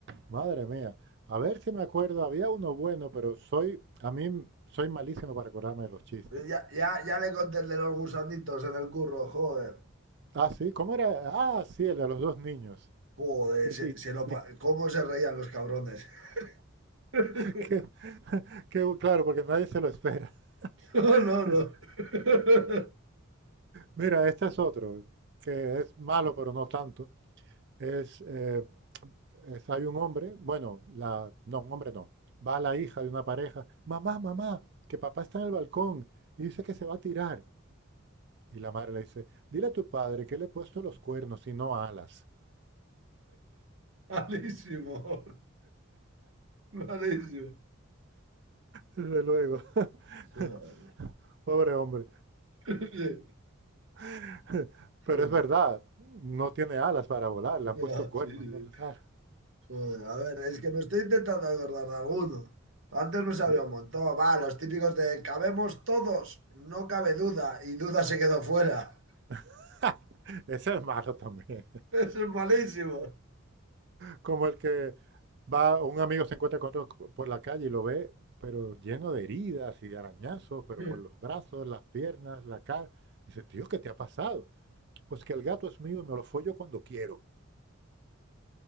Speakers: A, on the right (about 55°); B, on the right (about 70°).
A: Madre mía. A ver si me acuerdo, había uno bueno, pero soy, a mí m- soy malísimo para acordarme de los chistes.
B: Ya, ya, ya le conté el de los gusanditos en el curro, joder.
A: Ah, sí, ¿cómo era? Ah, sí, el de los dos niños.
B: Joder,
A: Y,
B: se,
A: que-
B: se lo
A: y
B: pa-
A: que-
B: ¿cómo se reían los cabrones? <laughs>
A: <laughs> que claro, porque nadie se lo espera.
B: No,
A: <laughs>
B: no, no.
A: Es-
B: <laughs>
A: mira, este es otro, que es malo, pero no tanto. Es, eh, es- hay un hombre, bueno, la, no, un hombre no, va la hija de una pareja, mamá, mamá, que papá está en el balcón y dice que se va a tirar. Y la madre le dice, dile a tu padre que le he puesto los cuernos y no alas.
B: Malísimo. Malísimo.
A: Desde luego, <laughs>
B: Joder.
A: pobre hombre.
B: Joder.
A: <laughs> Pero
B: Sí,
A: es verdad,
B: no,
A: no tiene alas para volar, le
B: sí,
A: han puesto cuernos,
B: sí.
A: no las alas.
B: Joder, a ver, es que me estoy intentando acordar de alguno. Antes me sabía
A: Yo,
B: un montón. Va, los típicos de cabemos todos, no cabe duda, y duda se quedó fuera.
A: <laughs> ese es malo también.
B: <laughs> Eso es malísimo.
A: Como el que va, un amigo se encuentra con otro co- por la calle y lo ve, pero lleno de heridas y de arañazos, pero
B: <laughs>
A: por los brazos, las piernas, la cara. Dice, tío, ¿qué te ha pasado? Pues que el gato es mío y me lo follo cuando quiero.